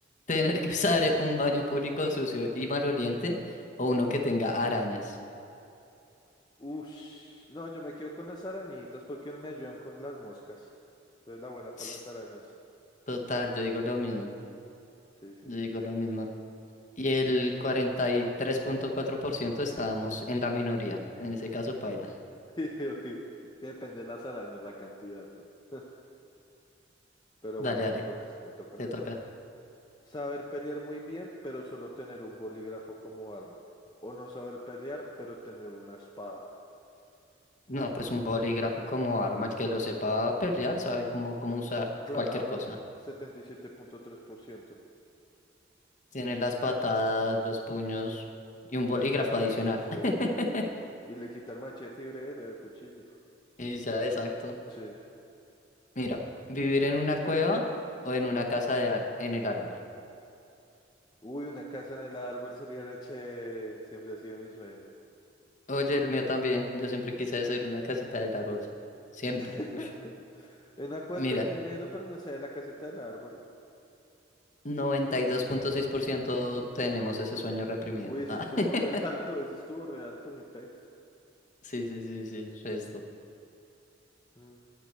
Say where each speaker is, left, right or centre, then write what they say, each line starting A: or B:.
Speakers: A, on the left; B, on the left.
A: tener que usar un baño público sucio y maloliente o uno que tenga arañas.
B: Ush, no, yo me quedo con las arañitas porque me ayudan con las moscas. Entonces la buena para
A: Ts,
B: las arañas.
A: Total, yo digo lo mismo.
B: Sí, sí,
A: Yo
B: sí,
A: digo lo mismo. Y el cuarenta y tres punto cuatro por ciento estábamos en la minoría. En ese caso, paila.
B: sí. <laughs> Obvio. Es Que depende de las arañas, la cantidad, ¿no? <laughs> Pero
A: Dale,
B: bueno,
A: dale,
B: me toca, me toca,
A: te
B: me
A: toca.
B: toca. Saber pelear muy bien, pero solo tener un bolígrafo como arma. O no saber pelear, pero tener una espada.
A: No, pues un bolígrafo como arma, el que lo sepa pelear, sabe cómo, cómo usar
B: Claro,
A: cualquier cosa.
B: setenta y siete punto tres por ciento
A: Tiene las patadas, los puños y un
B: Las
A: bolígrafo
B: llaves,
A: adicional.
B: sí,
A: <laughs>
B: obvio. Y le quita el machete y breve, le da el cuchillo.
A: Y ya, exacto.
B: Sí.
A: Mira, vivir en una cueva o en una casa de árbol, en el árbol.
B: Uy, una casa en el árbol sería re chévere. Siempre ha sido mi sueño.
A: Oye, el mío también. Yo siempre quise hacer una casita del árbol. Siempre.
B: <laughs>
A: ush.
B: En la cueva
A: Mira,
B: también me lo, pero no sé, la casita del árbol.
A: noventa y dos punto seis por ciento tenemos ese sueño reprimido.
B: Uy, ese
A: Ah,
B: estuvo
A: <laughs>
B: re <laughs> alto, ese estuvo re alto, mi pex.
A: sí, sí, sí, sí, resto.
B: Mm,